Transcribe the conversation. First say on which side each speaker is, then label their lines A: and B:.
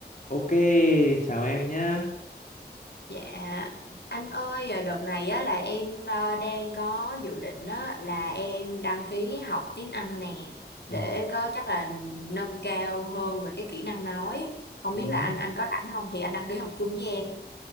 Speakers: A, on the left; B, on the left.
A: Ok, chào em nhá.
B: Dạ, anh ơi, à, đợt này á, là em à, đang có dự định á, là em đăng ký học tiếng Anh nè để
A: Ừ.
B: có chắc là nâng cao hơn về cái kỹ năng nói. Không
A: ừhứ.
B: biết là anh anh có rảnh không thì anh đăng ký học chung với em.